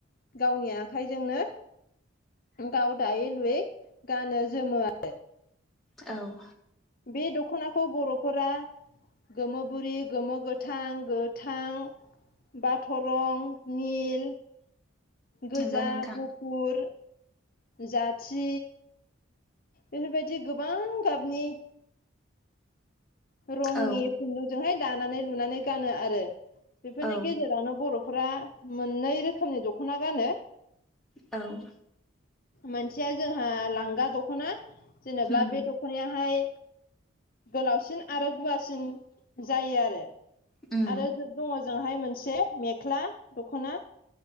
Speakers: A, on the left (about 45°); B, in the centre.
A: गावनि आखाइजोंनो गाव दायै लुयै गानो जोमो आरो।
B: औ
A: बे दख'नाखौ बर'फोरा गोमो बुरि, गोमो गोथां, गोथां बाथ रं निल, गोजा,
B: नंगौ नोंथां
A: गुफुर जाथि बेफोरबायदि गोबां गाबनि बेफोर रंनि
B: औ
A: खुन्दुंजोंहाय दानानै लुनानै गानो आरो। बेफोरनि
B: औ
A: गेजेरावनो बर' फोरा मोननै रोखोमनि दख'ना गानो।
B: औ
A: मोनसेया जोंहा लांगा दख'ना जेनेब्ला
B: उम
A: बे दख'नायाहाय गोलावसिन आरो गुवारसिन जायो आरो।
B: उम
A: आरो जोब दङ जोंहाय मोनसे मेख्ला दख'ना।